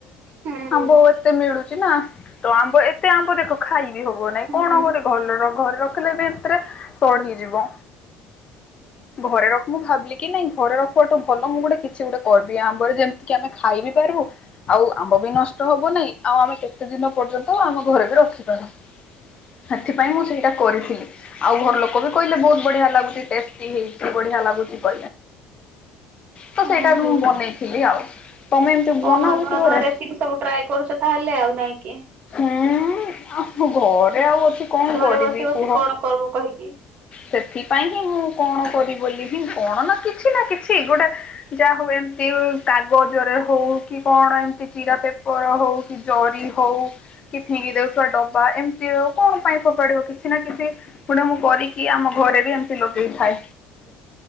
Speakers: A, on the right; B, on the left.
A: ହୁଁ
B: ଆମ୍ବ ଏତେ ମିଳୁଛି ନା ତ ଆମ୍ବ ଏତେ। ଖାଇବି ହବ ନାଇଁ
A: ହୁଁ
B: କଣ କର ଘରେ ରଖିଲେ ବି ଏଥିରେ ସଢୀ ଯିବ। ଘରେ ରଖ ମୁଁ ଭାବିଲି କି ନାଇଁ ଘରେ ରଖଠୁ ଭଲ ମୁଁ ଗୋଟେ କିଛି ଗୋଟେ। କରବି ଆମ୍ବରେ ଯେମିତିକି ଆମେ ଖାଇବି ପାରିବୁ ଆଉ ଆମ୍ବ ବି ନଷ୍ଟ ହବ ନାାଇଁ ଆଉ ଆମେ କେତେ ଦିନ ନ୍ତ ଆମ ଘରେ ବି ରଖିପାରୁ। ସେଥିପାଇଁ ମୁଁ ସେଇଟା କରିଥିଲି ଆଉ ଘର ଲୋକ ବି କହିଲେ ବହୁତ ବଢିଆ ଲାଗୁ ଟେଷ୍ଟି ହେଇଛି ବଢିଆ ଲାଗୁଛି। <inaudible> ତ
A: ହୁଁ
B: ସେଇଟା
A: ହୁଁ।
B: ମୁଁ ବନେଇଥିଲି ଆଉ ତମେ ବନାଉଛ
A: ହ ନୂଆ ନୂଆ
B: ଘରେ?
A: ରେସିପି ସବୁ ଟ୍ରାଏ କରୁଛ ତାହେଲେ ଆଉ ନାଇଁ କି।
B: ଉୁଁ ଆ ଘରେ ଆଉ ଅଛି କଣ
A: ଘରେ
B: କରିବି
A: ବସି ବସି
B: କୁହ।
A: କଣ କରିବୁ କହିକି
B: ସେଥିପାଇଁ ହିଁ ମୁଁ କଣ କର ବୋଲି ହିଁ କଣ ନା କିଛି ନା କିଛି ଗୋଟେ ଯାହା ହଉ ଏମତି। କାଗଜରେ ହଉ କି କଣ ଏମତି ଚିରା ପେପର ହଉ କି ଜରି ହଉ କିଛିନ କିି ଦେଉଛଥିବା ଡ ବା ଏମିତି ଆଉ କଣ ପାଇଁ ଫୋପାଡିବ କିଛି ନା କିଛି ଗୁଣ ମୁଁ କରିକି ଆମ ଘରେ ବି ଏମିତି ଲଗେଇ ଥାଏ।
A: ହ